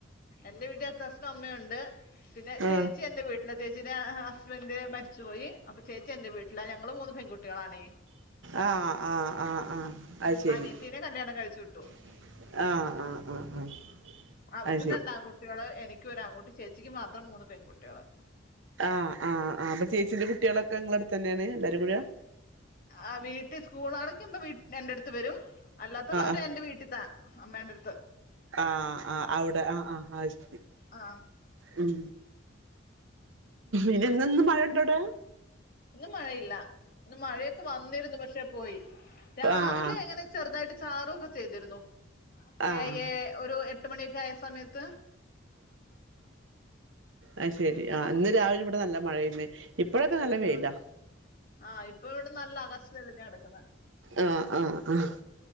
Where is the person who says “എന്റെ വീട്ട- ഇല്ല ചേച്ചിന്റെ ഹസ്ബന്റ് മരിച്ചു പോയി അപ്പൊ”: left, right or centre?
Left